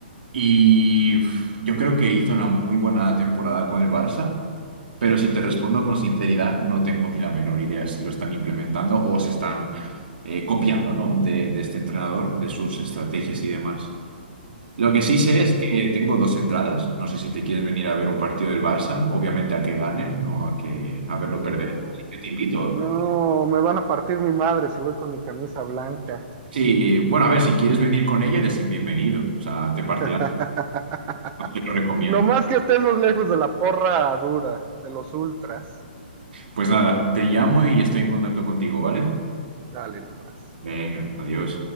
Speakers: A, on the right (about 70°); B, on the right (about 30°).
A: Y uf, yo creo que hizo una muy buena temporada con el Barça, pero si te respondo con sinceridad, no tengo ni la menor idea si lo están implementando o se están eh, copiando, ¿no? De, de este entrenador, de sus estrategias y demás. Lo que sí sé es
B: Ya.
A: que tengo dos entradas. No sé si te quieres venir a ver un partido del Barça, obviamente a que gane, no a que a verlo perder.
B: No,
A: Así que
B: güey.
A: te invito.
B: No, me van a partir mi madre si voy con mi camisa blanca.
A: Sí, bueno, a ver, si quieres venir con ella, eres bienvenido. O sea, te partirán,
B: <laughs>
A: te lo recomiendo.
B: Nomás que estemos lejos de la porra dura, de los ultras.
A: Pues nada, te llamo y estoy en contacto contigo, ¿vale?
B: Dale nomás.
A: Venga, adiós.